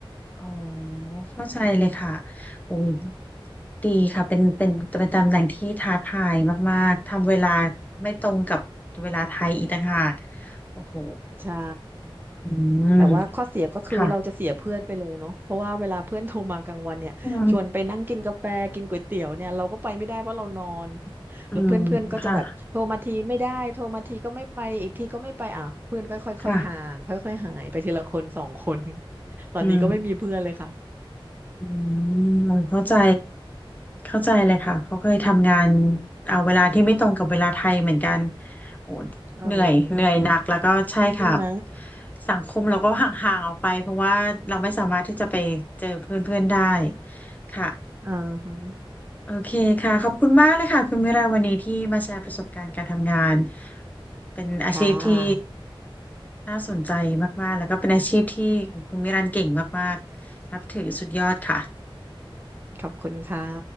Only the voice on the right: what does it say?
ใช่
แต่ว่าข้อเสียก็คือเราจะเสียเพื่อนไปเลยเนาะเพราะว่าเวลาเพื่อนโทรมากลางวันเนี่ยชวนไปนั่งกินกาแฟกินก๋วยเตี๋ยวเนี่ยเราก็ไปไม่ได้เพราะเรานอน
แล้วเพื่อนเพื่อนก็จะแบบโทรมาทีไม่ได้โทรมาทีก็ไม่ไปอีกทีก็ไม่ไปอ่ะเพื่อนก็ค่อยๆห่างค่อยๆหายไปทีละคนสองคน
<laughs> ตอนนี้ก็ไม่มีเพื่อนเลยค่ะ
เอ
อใช่ไหม
อ่าฮะ
ค่ะ
ขอบคุณค่ะ